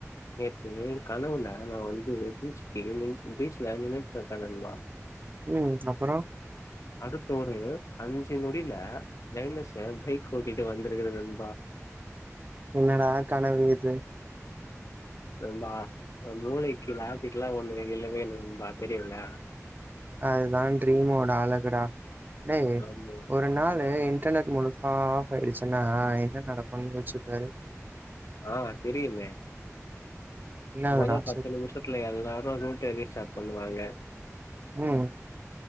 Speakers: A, on the left (about 70°); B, on the right (about 35°).
A: நேத்து கனவுல நா வந்து பீச்சுக்கு பீச்ல <unintelligible>
B: ம் அப்பறொ
A: அடுத்த ஒரு அஞ்சு நொடில <unintelligible> பைக் ஓட்டிட்டு வந்துருக்குறே நண்
B: என்னடா கனவு இது
A: நண்பா மூளைக்கு லாசக்கு எல்லாம ஒண்ணு இல்லவே இல்ல நண்பா தெரியல
B: அதுதா ட்ரீமோட அழகுடா டேய்
A: ஆமா
B: ஒரு நாளு இன்டர்நெட் முழு சா ஆஃப் ஆயிடுச்சுன்னா என்ன நடக்குன்னு யோச்சுப்பாரு
A: ஆ தெரியுமே
B: என்னதுடா
A: மொத பத்து
B: சொல்லு
A: நிமிஷத்துல எல்லாரு ரூட் எரி ஸ்டார்ட் பண்ணுவாங்க
B: ம்